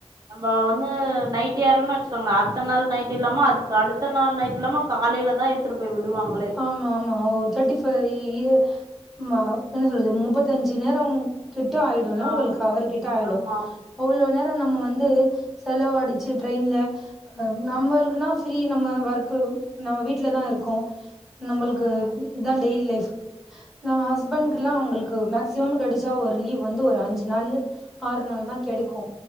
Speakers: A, on the right; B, in the centre.
A: நம்ம வந்து நைட் ஏர்றோன் வச்சுக்கோங்க அத்த நாள் நைட் இல்லாம அதுக்கு அடுத்த நாள் நைட் இல்லாம காலைல தா த்துட்டு போய் விடுவாங்ளே
B: ஆமாமா ஒ தேர்டி ஃபை இய ம்மா என்ன சொல்றது முப்பத்தஞ்சு நேரம் கிட்ட ஆயிடுல்ல
A: ஆ
B: உங்களுக்கு அவர் கிட்ட ஆயிடு
A: ஆமா ஆமா
B: அவ்ளோநே ரோ நம்ம வந்து செலவு அடிச்சு ட்ரெயின்ல அ நம்மளுக்குனா ஃப்ரீ நம்ம ஒர்க்கு நம்ம வீட்டுலதா இருக்கோ நம்மள்க்கு
A: ம்
B: இதா டெய்லி லைஃப் நா ஹஸ்பண்கெல்லா
A: ம்
B: அவ்ங்கள்க்கு மே க்சிமம் கெடச்சா ஒரு லீவ் வந்து ஒரு அஞ்சு நாள்ளு ஆறு நாள் தா கெடைக்கு
A: ம்